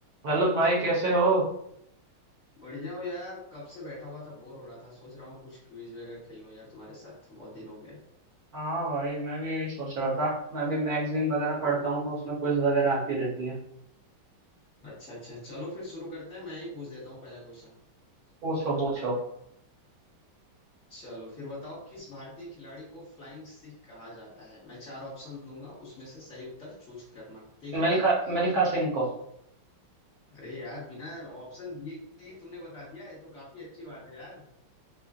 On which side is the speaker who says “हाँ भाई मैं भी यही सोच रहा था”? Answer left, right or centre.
Right